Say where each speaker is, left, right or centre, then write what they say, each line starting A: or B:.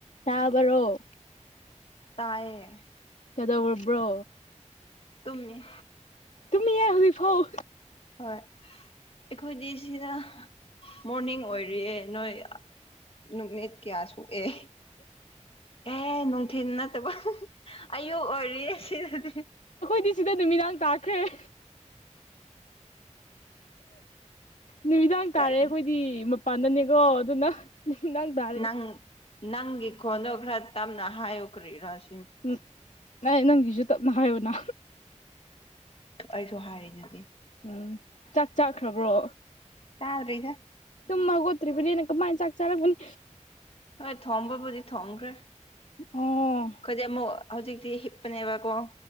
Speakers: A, on the left; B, on the left.
A: ꯇꯥꯕꯔꯣ
B: ꯇꯌꯦ
A: ꯀꯗꯧ ꯑꯣꯏꯔꯕ꯭ꯔꯣ꯫
B: ꯇꯨꯝꯃꯤ
A: ꯇꯨꯃꯤ ꯌꯥ ꯍꯧꯖꯤꯛ ꯐꯥꯎ
B: ꯍꯣꯏ ꯑꯩꯈꯣꯏꯗꯤ ꯁꯤꯗ ꯃꯣꯔꯅꯤꯡ ꯑꯣꯏꯔꯤꯑꯦ ꯅꯣꯏ ꯅꯨꯃꯤꯠ ꯀꯌꯥ ꯁꯣꯛꯑꯦ ꯑꯦ ꯅꯨꯡꯊꯤꯤꯟ ꯅꯠꯇꯕ ꯑꯌꯨꯛ ꯑꯣꯏꯔꯤꯌꯦ ꯁꯤꯗꯗꯤ
A: ꯗꯤ ꯁꯤꯗ ꯅꯨꯃꯤꯗꯥꯡ ꯇꯥꯈ꯭ꯔꯦ ꯅꯨꯃꯤꯗꯥꯡ ꯇꯥꯔꯦ
B: ꯇꯜꯂꯦ
A: ꯑꯩꯈꯣꯏꯗꯤ ꯃꯄꯥꯟꯗꯅꯦꯀꯣ ꯑꯗꯨꯅ ꯅꯨꯃꯤꯗꯥꯡ ꯇꯥꯔꯦ
B: ꯅꯪ ꯅꯪꯒꯤ ꯀꯣꯟꯗꯣ ꯈꯔ ꯇꯞꯅ ꯍꯥꯏꯌꯣꯛꯈ꯭ꯔꯤꯔꯥꯁꯤ
A: ꯎꯝ ꯑꯩ ꯅꯪꯒꯤꯁꯨ ꯇꯞꯅ ꯍꯥꯏꯌꯨꯅ
B: ꯑꯩꯁꯨ ꯍꯥꯏꯔꯤ ꯑꯗꯨꯗꯤ
A: ꯎꯝ ꯆꯥꯛ ꯆꯥꯈ꯭ꯔꯕ꯭ꯔꯣ
B: ꯆ꯭ꯔꯤ
A: ꯇꯨꯝꯃ ꯈꯣꯠꯇ꯭ꯔꯤꯕꯅꯤꯅ ꯀꯃꯥꯏꯅ ꯆꯥꯛ ꯆꯥꯔꯛꯄꯅꯤ
B: ꯍꯣꯏ ꯊꯣꯝꯕꯕꯨꯗꯤ ꯊꯣꯡꯈ꯭ꯔꯦ ꯑꯩꯈꯣꯏꯗꯤ
A: ꯑꯣ ꯎꯝ
B: ꯑꯃꯨꯛ ꯍꯧꯖꯤꯛꯇꯤ ꯍꯤꯞꯄꯅꯦꯕꯀꯣ